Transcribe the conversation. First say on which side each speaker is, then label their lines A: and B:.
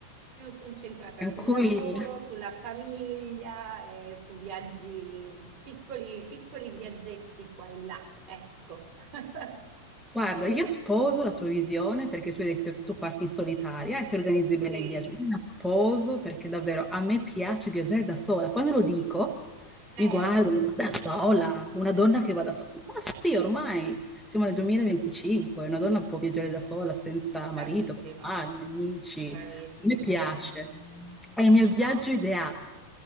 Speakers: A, on the right; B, in the centre.
A: più incentrata
B: Tranquilli.
A: sul lavoro, sulla famiglia, e su viaggi, piccoli, piccoli viaggetti qua e là. Ecco, <laughs>
B: Guarda, io sposo la tua visione perché tu hai detto che tu parti in solitaria e ti organizzi bene
A: sì,
B: il viaggio. Io la sposo perché davvero a me piace viaggiare da sola. Quando lo dico,
A: eh,
B: mi guardano da sola, una donna che va da sola. Ma sì, ormai siamo nel 2025, una donna può viaggiare da sola senza marito,
A: bravissima,
B: compagni, amici.
A: bravissima.
B: A me piace. È il mio viaggio
A: No.
B: ideale,